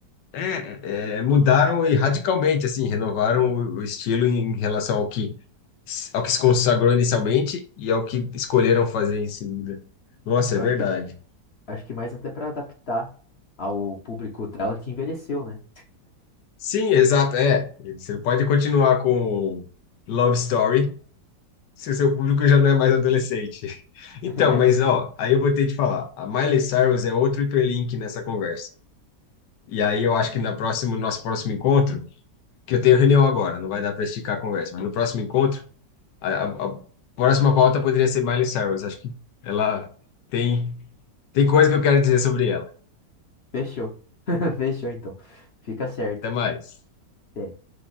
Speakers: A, on the left; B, on the left.
A: É, é, é, mudaram e radicalmente, assim, renovaram o, o estilo em relação ao que, s- ao que se consagrou inicialmente e ao que escolheram fazer em seguida. Nossa,
B: Eu
A: é verdade.
B: acho que, acho que mais até pra adaptar ao público dela que envelheceu, né?
A: Sim, exato, é. Você pode continuar com Love Story, se o seu público já não é mais adolescente. <laughs> Então,
B: <laughs>
A: mas ó, aí eu vou ter que falar, a Miley Cyrus é outro hiperlink nessa conversa. E aí eu acho que na próxima, no nosso próximo encontro, que eu tenho reunião agora, não vai dar para esticar a conversa, mas no próximo encontro, a, a- a próxima pauta poderia ser Miley Cyrus. Acho que ela tem tem coisa que eu quero dizer sobre ela.
B: Fechou. <laughs> Fechou, então. Fica certo.
A: Até mais.
B: Até.